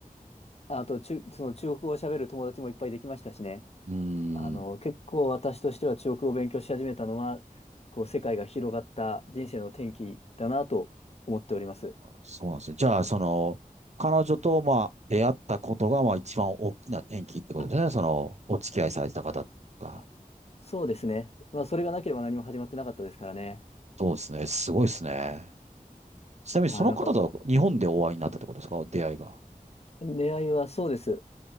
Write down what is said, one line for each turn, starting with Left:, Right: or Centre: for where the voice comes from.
Left: あと、中、その中国語を喋る友達もいっぱいできましたしね。
Right: うーん。
Left: あの、結構私としては中国語を勉強し始めたのは、こう、世界が広がった人生の転機だなと思っております。
Right: そうなんですよ。じゃあ、その、彼女と、まあ、出会ったことが、まあ、一番大きな転機ってことですね。
Left: あ、
Right: その、お付き合いされてた方が。
Left: あそうですね。まあ、それがなければ何も始まってなかったですからね。
Right: そうですね。すごいですね。
Left: あ、
Right: ちなみに、
Left: はい、
Right: その方とは日本でお会いになったってことですか出会いが。
Left: なんか、出会いはそうです。